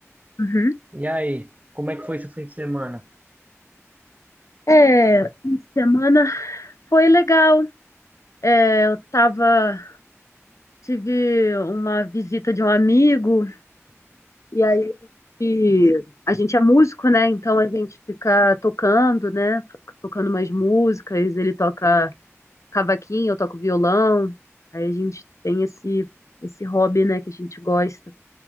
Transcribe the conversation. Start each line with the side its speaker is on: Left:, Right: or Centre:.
Left: Uhum.
Right: E aí, como é que foi seu fim de semana?
Left: É, fim de semana foi legal. É, eu tava, tive uma visita de um amigo, e aí e a gente é músico, né? Então a gente fica tocando, né? Tocando umas músicas, ele toca cavaquinho, eu toco violão. Aí a gente tem esse, esse hobby, né, que a gente gosta.